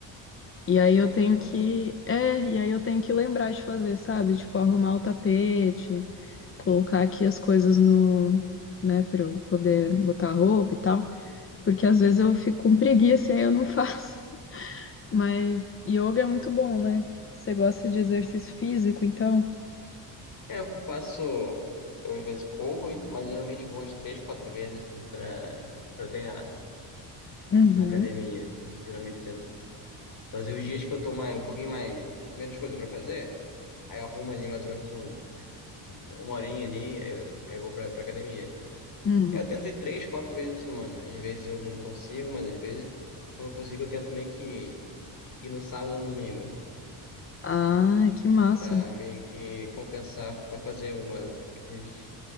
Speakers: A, on the left; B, on the left.
A: E aí
B: Ó,
A: eu
B: que
A: tenho
B: legal,
A: que,
B: mano.
A: é, e aí eu tenho que lembrar de fazer, sabe? Tipo, arrumar o tapete, colocar aqui as coisas no, né, pra eu poder botar roupa e tal, porque às vezes eu fico com preguiça e aí eu não <laughs> faço. Mas yoga é muito bom, né? Você gosta de exercício físico, então
B: É, eu faço. Eu às vezes corro, e- mas geralmente vou umas três, quatro vezes assim, pra, pra treinar
A: Uhum,
B: na academia. Geralmente eu tento fazer os dias que eu tô mais, um pouquinho mais, menos coisa pra fazer. Aí eu arrumo ali mais ou menos um- uma horinha ali, aí eu, aí eu vou pra, pra academia.
A: uhum.
B: É, Eu tento ir três, quatro vezes por semana. Às vezes eu não consigo, mas às vezes, quando eu consigo, eu tento meio que ir no sábado ou no domingo,
A: Ah, que massa.
B: pra meio que compensar, pra fazer uma, aqueles,